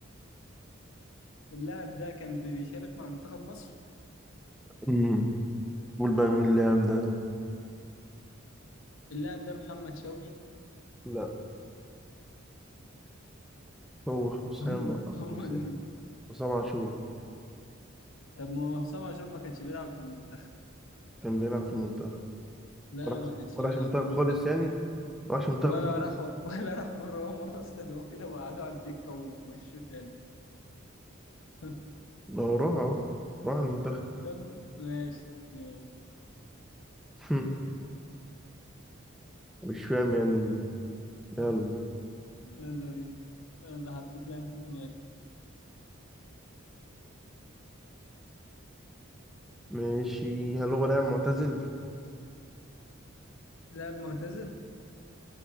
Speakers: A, on the left; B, in the centre.
A: اللاعب ده كان بي- بيشارك مع منتخب مصر
B: مم. قول بقى مين اللاعب ده
A: اللاعب ده محمد شوقي
B: لا هو حسام
A: <laughs> هم هم
B: حسام
A: ال-
B: حسام عاشور
A: طب ما هو حسام عاشور ما كانش بيلعب في المنتخب
B: كان بيلعب في المنتخب
A: لا
B: ما راحش
A: ما كانش
B: ما
A: بيلعب
B: راحش المنتخب
A: في المنتخب
B: خالص يعني ما راحش المنتخب
A: ولا
B: خالص
A: راح <laughs> ولا راح مرة ومرة استدعوه كده وقعدوا على الدكة ومشوه تاني <laughs>
B: ما هو راح اهو راح المنتخب
A: طب ماشي ماشي
B: <laughs> مش فاهم يعني
A: <laughs>
B: يلا
A: يلا بينا يلا حطيت لاعب في دماغي
B: ماشي هل هو لاعب معتزل؟
A: لاعب معتزل؟